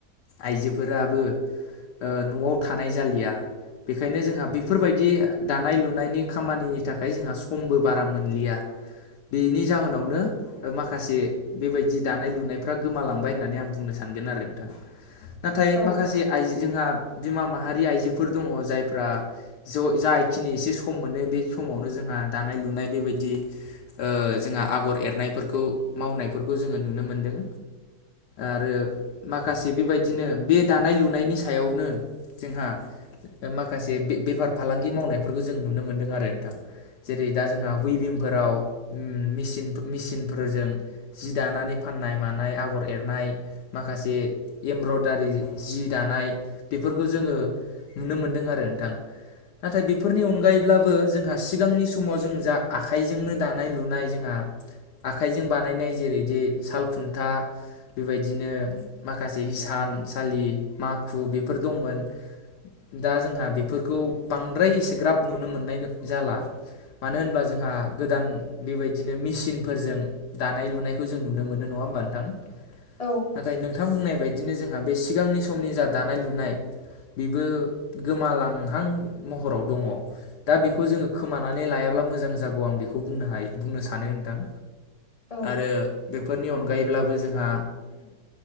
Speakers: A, on the left; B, on the left.
A: आइजोफोराबो ओ न'आव थानाय जालिया बेखायनो जोंहा बेफोरबायदि दानाय लुनायनि खामानिनि थाखाय जोंहा समबो बारा मोनलिया बिनि जाहोनावनो ओ माखासे बेबायदि दानाय लुनायफ्रा गोमालांबाय होननानै आं बुंनो सानगोन आरो नोंथां। नाथाय
B: औ
A: माखासे आइजो जोंहा बिमा माहारि आइजोफोर दङ जायफ्रा ज'-जा खिनि एसे सेम मोनो बे समावनो जोंहा दानाय लुनाय बेबायदि ओ जोंहा आगर एरनायफोरखौ मावनायफोरखौ जोङो नुनो मोनदों। आरो माखासे बेबायदिनो बे दानाय लुनायनि सायावनो जोंहा माखासे बे-बेफार फालांगि मावनायफोरखौ जों नुनो मोनदों आरो नोंथां। जेरै दा जोंहा उइभिंफोराव उम मेसिन मिसिनफोरजों जि दानानै फाननाय मानाय आगर एरनाय माखासे एमब्रयदारि जि दानाय बेफोरखौ जोङो नुनो मोनदों आरो नोंथां नाथाय बेफोरनि अनगायैब्लाबो जोंहा सिगांनि समाव जों जा आखाइजोंनो दानाय लुनाय जोंहा आखाइजों बानायनाय जेरै जे साल खुन्था बेबायदिनो माखासे हिसानसालि माखु बेफोर दंमोन। दा जोंहा बेफोरखौ बांद्राय एसे ग्राब नुनो मोननाय जाला। मानो होनब्ला जोंहा गोदान बेबायदिनो मेसिनफोरजों दानाय लुनायखौ जों नुनो मोनो नङा होमबा नोंथां?
B: औ
A: नाथाय नोंथां बुंनाय बाय बिदिनो जोंहा बे सिगांनि समनि जा दानाय लुनाय बेबो गोमालांहां महराव दङ। दा बेखौ जोङो खोमानानै लायाब्ला मोजां जागौ आं बेखौ बुंनो हायो बुंनो सानो नोंथां।
B: औ
A: आरो बेफोरनि अनगायैब्लाबो जोंहा